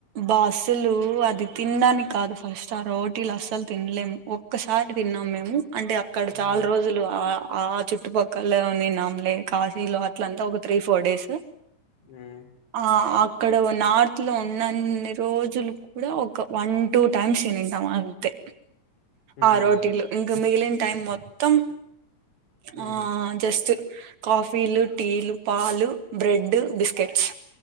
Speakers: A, on the right (about 70°); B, on the left (about 75°).
A: బా అస్సలు అది తినడానికి కాదు ఫస్ట్ ఆ రోటీలు అస్సలు తినలేము ఒక్కసారి తిన్నాము మేము అంటే అక్కడ
B: హ్మ్
A: చాలా రోజులు ఆ చుట్టుపక్కల ని నమ్లే కా ఇల్ అలా అంతా ఒక త్రీ ఫోర్ డేస్
B: హ్మ్
A: ఆ <unintelligible> అక్కడ నార్త్ లో అన్ని రోజులు కూడా ఒక వన్ టూ టైమ్స్ తనింటాం అంతే
B: హ్మ్
A: ఆ రోటీలో ఇంక మిగిలి టైమ్ మొత్తం
B: హ్మ్
A: ఆ జస్ట్ కాఫీలు టీలు పాలు బ్రెడ్ బిస్కెట్స్